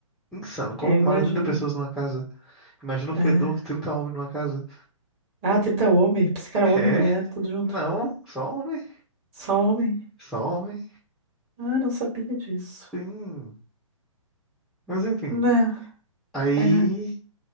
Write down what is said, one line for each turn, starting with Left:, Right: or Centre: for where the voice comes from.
Centre: insano. Como
Right: É,
Centre: que
Right: imagina.
Centre: mora 30 pessoas numa casa? Imagina o fedor,
Right: É.
Centre: 30 homens numa casa.
Right: Ah, 30 homem. Pensei que era homem
Centre: É?
Right: e mulher, tudo junto.
Centre: Não, só homem,
Right: Só homem?
Centre: só homem.
Right: Ah, não sabia disso.
Centre: Sim. Mas enfim,
Right: Né,
Centre: Aí
Right: é.